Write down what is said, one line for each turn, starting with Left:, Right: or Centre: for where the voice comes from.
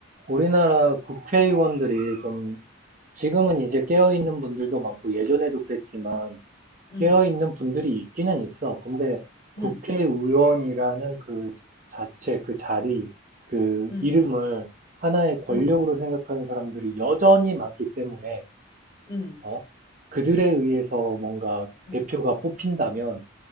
Right: 우리나라 국회의원들이 좀, 지금은 이제 깨어있는 분들도 많고, 예전에도 그랬지만,
Left: 응,
Right: 깨어있는 분들이 있기는 있어. 근데 국회의원이라는
Left: 응,
Right: 그 자체, 그 자리, 그
Left: 응,
Right: 이름을 하나의 권력으로
Left: 응,
Right: 생각하는 사람들이 여전히 많기 때문에,
Left: 응,
Right: 어? 그들에 의해서 뭔가
Left: 응,
Right: 대표가 뽑힌다면,